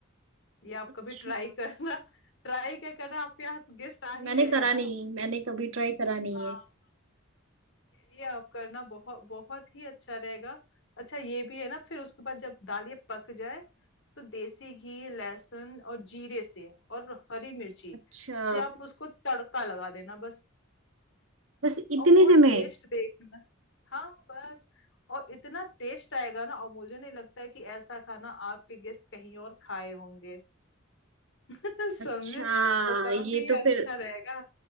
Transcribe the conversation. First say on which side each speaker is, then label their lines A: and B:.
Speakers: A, on the left (about 60°); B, on the right (about 70°).
A: ये आप
B: अच्छा
A: कभी ट्राई करना <laughs> ट्राई क्या करना आपके हाथ गेस्ट आ ही
B: मैंने
A: रहे
B: करा
A: हैं ना
B: नहीं मैंने कभी ट्राई करा नहीं
A: हाँ
B: है
A: ये आप करना बहुत बहुत ही अच्छा रहेगा अच्छा ये भी है ना फिर उसके बाद जब दाल ये पक जाए तो देसी घी लहसुन और जीरे से और हरी मिर्ची
B: अच्छा
A: से आप उसको तड़का लगा देना बस
B: बस इतने
A: और वो
B: से मैं
A: टेस्ट देखना हाँ बस और इतना टेस्ट आएगा ना और मुझे नहीं लगता है कि ऐसा खाना आपके गेस्ट कहीं और खाए होंगे <laughs>
B: अच्छा
A: समझे और काफी
B: ये तो
A: अच्छा
B: फिर
A: रहेगा